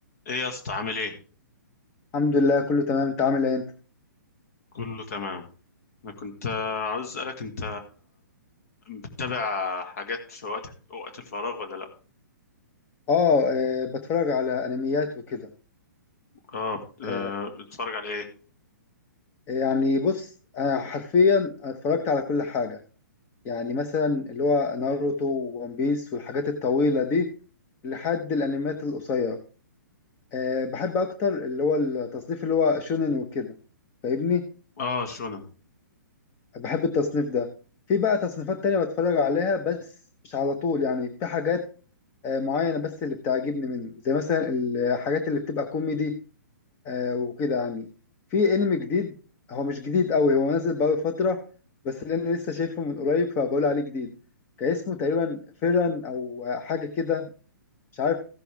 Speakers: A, on the left (about 50°); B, on the left (about 20°).
A: ايه يا اسطى عامل ايه
B: الحمد لله كله تمام انت عامل ايه انت
A: كله تمام انا كنت آه، عاوز اسالك انت بتتابع حاجات في وقتك وقت الفراغ ولا لا
B: اه آه، بتفرج على انميات وكده
A: اه بت- آه،
B: آه،
A: بتتفرج على ايه
B: يعني بص انا حرفيا اتفرجت على كل حاجه يعني مثلا اللي هو ناروتو وون بيس والحاجات الطويله دي لحد الانميات القصيره آه، بحب اكتر اللي هو التصنيف اللي هو شونن وكده فاهمني
A: اه شونن
B: بحب التصنيف ده في بقى تصنيفات تانية بتفرج عليها بس مش على طول يعني في حاجات آه، معينة بس اللي بتعجبني منه زي مثلا الحاجات اللي بتبقى كوميدي آه وكده يعني في انمي جديد هو مش جديد قوي هو نازل بقاله فترة بس لأن لسه شايفه من قريب فبقول عليه جديد كان اسمه تقريبا فيران أو حاجة كده مش عارف